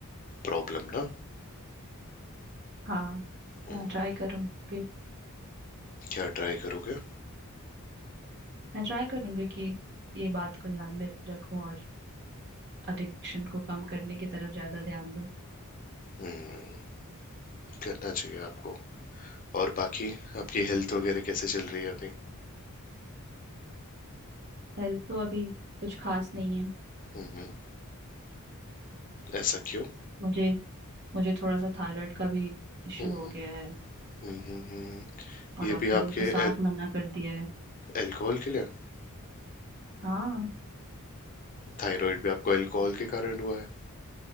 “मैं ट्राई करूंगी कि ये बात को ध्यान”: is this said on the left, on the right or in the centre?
Right